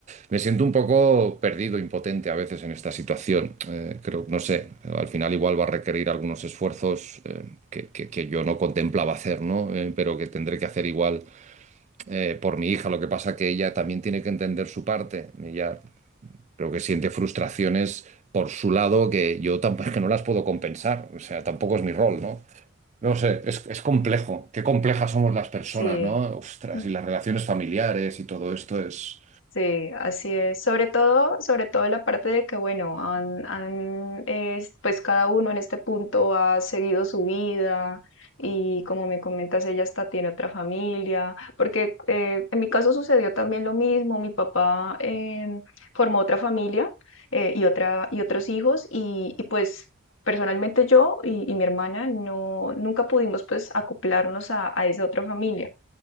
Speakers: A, on the right; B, on the left.
A: Me siento un poco perdido, impotente a veces en esta situación. Eh, creo, no sé, al final igual va a requerir algunos esfuerzos eh, que, que- que yo no contemplaba hacer, ¿no? Eh, pero que tendré que hacer igual eh, por mi hija. Lo que pasa que ella también tiene que entender su parte. Ella creo que siente frustraciones por su lado que yo tampoco <laughs> que no las puedo compensar. O sea, tampoco es mi rol, ¿no? No sé, es, es complejo. Qué complejas somos las personas,
B: Sí.
A: ¿no? Ostras,
B: <laughs>
A: y las relaciones familiares y todo esto es...
B: Sí, así es. Sobre todo, sobre todo la parte de que, bueno, han, han, es- pues cada uno en este punto ha seguido su vida y como me comentas, ella hasta tiene otra familia, porque eh, en mi caso sucedió también lo mismo. Mi papá em, formó otra familia eh, y otra y otros hijos y, y, pues personalmente yo y, y mi hermana no nunca pudimos pues acoplarnos a a esa otra familia.